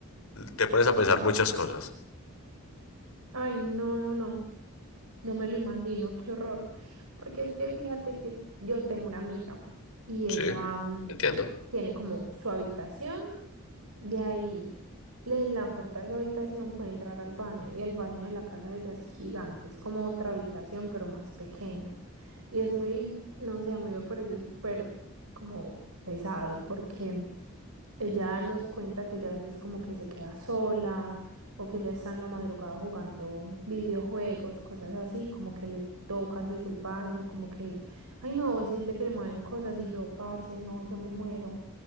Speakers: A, on the left; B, on the right.
A: te pones a pensar muchas cosas.
B: Ay, no, no, no, no me lo imagino, qué horror. Porque es que fíjate que yo tengo una amiga y ella
A: Sí,
B: mm,
A: entiendo.
B: tiene como su habitación. De ahí, le- la puerta de su habitación puede entrar al baño y el baño de la casa de ella es gigante, es como otra habitación pero más pequeña. Y es muy, no sé, a mí me parece súper como pesado porque ella nos cuenta que ella a veces como que se queda sola o que ella está en la madrugada jugando videojuegos, cosas así, como que le tocan desde el baño, como que, ay no, siente que le mueven cosas y yo, parce, no, yo me muero.